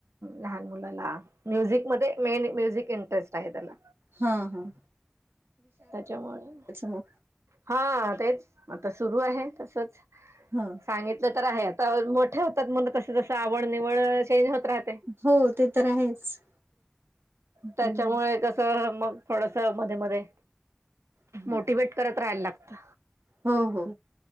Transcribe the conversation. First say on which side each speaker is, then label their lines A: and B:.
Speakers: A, on the right; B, on the right.
A: लहान मुलाला. म्युझिक मध्ये मेन म्युझिक इंटरेस्ट आहे त्याला.
B: हं. हं.
A: त्याच्यामुळे-
B: मग
A: हा. तेच आता सुरू आहे तसच.
B: हं.
A: सांगितलं तर आहे. आता मोठे होतात मुल तस तस आवड निवड चेंज होत - राहते.
B: हो ते तर आहेच.
A: त्याच्यामुळे
B: हं,
A: कस मग? थोडस मध्ये मध्ये
B: हं.
A: मोटिवेट करत राहायला लागतं.
B: हो. हो.